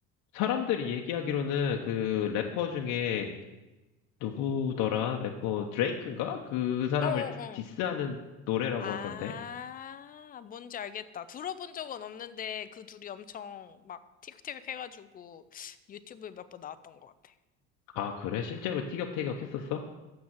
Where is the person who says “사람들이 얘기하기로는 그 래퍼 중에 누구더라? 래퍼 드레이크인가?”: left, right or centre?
Left